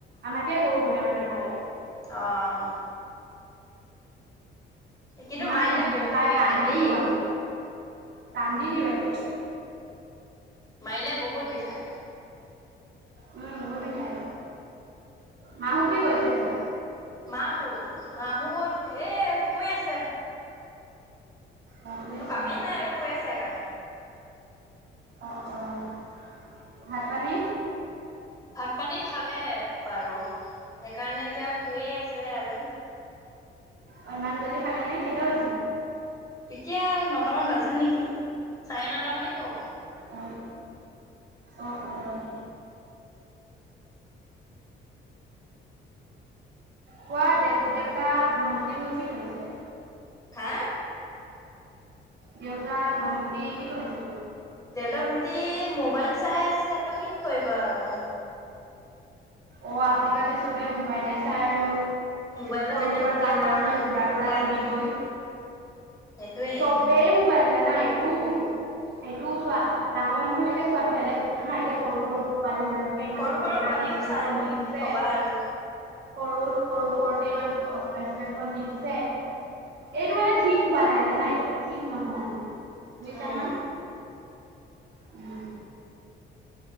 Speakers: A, on the right (about 60°); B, on the left (about 15°).
A: আমাকেই গৰু বনাই-বনাই মাৰে
B: অ' কিন্তু
A: ইমান
B: মাৰিলে বহুত বিষাই
A: কান্দি
B: দেই
A: দিওঁ আমি কান্দি দিবাকে
B: মাৰিলে, বহুত বিষায়
A: উম <unintelligible> বিষাই, মাহঁত কি কৈছে তোমাক?
B: মা মাহঁত, এ, শুই আছে।
A: অ শুই
B: একো
A: আছে
B: কামেই
A: নেকি
B: নাই, আৰু শুই আছে, সেইকাৰণে
A: অ', অ', ভাত-পানী?
B: ভাত-পানী খালে বাৰু সেইকাৰণে এতিয়া শুইয়ে আছে আৰু
A: অ', ইমান জল্দি খালে নে? কেইটা বা
B: এতিয়া, নটামান বাজিল নেকি? চাৰে নটামানেই হ'ল
A: উ উ আহ আহ কোৱা, দেউ-দেউতা, ভণ্টি নো কি কৰিছে?
B: হা?
A: দেউতা, ভণ্টি কি কৰিছে
B: দেউতা, ভণ্টি মোবাইল চাই আছে আৰু কি কৰিব আৰু
A: অ আজিকালি চবে মোবাইলে চাই আৰু
B: মোবাইলতে
A: সৰুৰ
B: বিজি
A: পৰা ডাঙৰলৈ
B: আৰু মানুহবিলাক
A: ঘূ়ৰা ফুৰা ঘূৰি গৈ।
B: সেইটোয়ে।
A: চবেই মোবাইল জানা, এটি এইটো - সেইটোও চোৱা ডাঙৰ মানুহ বিলাকে চোৱাটো বেলেগ হা, এতিয়া সৰু -সৰু ছোৱালী বিলাককে ইমান
B: সৰু
A: সৰুৰ
B: সৰু
A: পৰাই
B: পোৱালিও
A: পাৰ্চনেল
B: চাই
A: ফোন
B: অ'
A: দি - দিছে।
B: কি কবা আৰু।
A: সৰু, সৰু- সৰুতে ইমান ট্ৰেঞ্চলেচন দি দিছে। এইটো মানে ঠিক, হোৱা নাই জানা, এইটো ঠিক নহোৱা নহয়। বুজিছা
B: উম।
A: নহয়? উম,